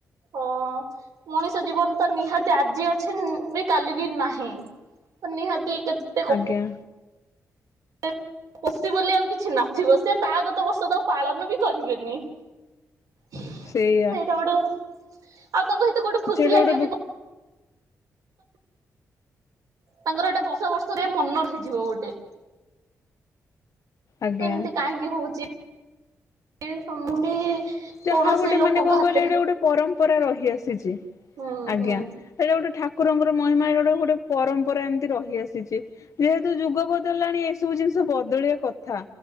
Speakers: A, on the right; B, on the left.
A: ଅଁ ମଣିଷ ଜୀବନ ତ ନିହାତି ଆଜି ଅଛି ବି କାଲିକି ନାହିଁ। ତ ନିହାତି କେତ୍
B: ଆଜ୍ଞା।
A: ଏ ଖୁସି ବୋଲି ଆଉ କିଛି ନଥିବ ସେ ତା ଗତ ବର୍ଷକୁ ଆଉ ପାଳନ ବି କରିବେନି। ସେଇଟା
B: ସେଇଆ
A: ଗୋଟେ ଆଉ ତାଙ୍କ ହେତେ ଗୋଟେ ଖୁସି
B: ସେଇଟା ଗୋଟେ
A: ଲାଗିବ
B: ଦୁ
A: କି କ ତାଙ୍କର ଏଇଟା ବର୍ଷ ବର୍ଷରେ ମନ ରହିଯିବ ଗୋଟେ।
B: ଆଜ୍ଞା
A: ତ ଏମିତି କାହିଁକି ହୋଉଛି? ଏ ସମ୍ଭୁ ବି
B: ଯାହା
A: କୌଣସି
B: ଗୋଟେ ମାନେ
A: ଲୋକଙ୍କ
B: କଣ କହିଲ
A: ହାତରେ
B: ଏଇଟା ଗୋଟେ ପରମ୍ପରା ରହିଆସିଛି।
A: ହୁଁ
B: ହେଇଟା
A: ହୁଁ
B: ଗୋଟେ ଠାକୁରଙ୍କର ମହିମା ଏଇଟା ଗୋଟେ ଗୋଟେ ପରମ୍ପରା ଏମିତି ରହିଆସିଛି। ଯେହେତୁ ଯୁଗ ବଦଳି ଲାଣି ଏସବୁ ଜିନିଷ ବଦଳିବା କଥା।